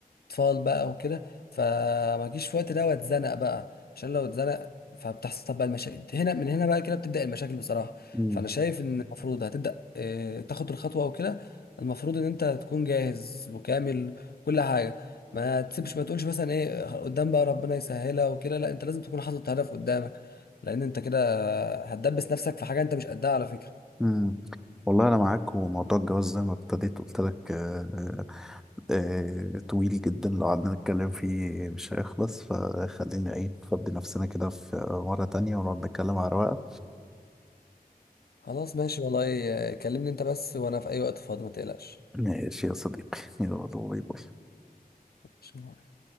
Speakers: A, on the left; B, in the centre.
A: اطفال بقى وكده فما اجيش في وقت ده واتزنق بقى عشان لو اتزنق فبتحصل بقى المشاكل هنا من هنا بقى كده بتبدأ المشاكل بصراحة
B: مم.
A: فانا شايف ان المفروض هتبدأ آه، تاخد الخطوة او كده المفروض ان انت تكون جاهز وكامل كل حاجة ما تسيبش ما تقولش مثلا ايه قدام بقى ربنا يسهلها وكده لا انت لازم تكون حاطط هدف قدامك لان انت كده هتدبس نفسك في حاجة انت مش قدها على فكرة
B: مم. والله أنا معاك وموضوع الجواز زي ما ابتديت قلت لك آه، آه، طويل جدا لو قعدنا نتكلم فيه مش هيخلص فخلينا ايه نفضي نفسنا كده في مرة تانية ونقعد نتكلم على رواقة
A: خلاص ماشي والله آه، كلمني انت بس وانا في اي وقت فاضي ما تقلقش
B: ماشي يا صديقي يلا باي باي
A: شو رأيك؟